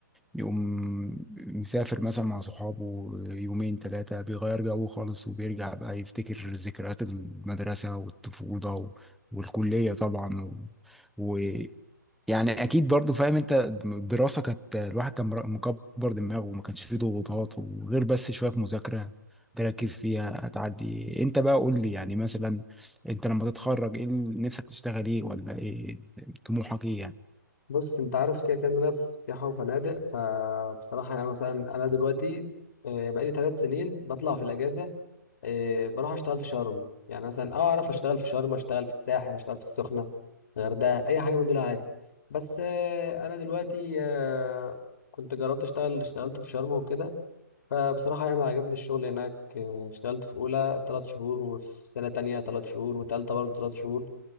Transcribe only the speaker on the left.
بص انت عارف كده كده إن انا في سياحة وفنادق فبصراحة يعني مثلا انا دلوقتي آه، بقالي ثلاث سنين بطلع في الاجازة إيه بروح اشتغل في شرم يعني مثلا اه اعرف اشتغل في شرم اشتغل في الساحل اشتغل في السخنه الغردقه اي حاجه من دول عادي بس إيه انا دلوقتي آه، كنت جربت اشتغل اشتغلت في شرم وكده فبصراحه يعني عجبني الشغل هناك إيه، اشتغلت في اولى ثلاث شهور وفي سنه تانية ثلاث شهور وتالتة برضه ثلاث شهور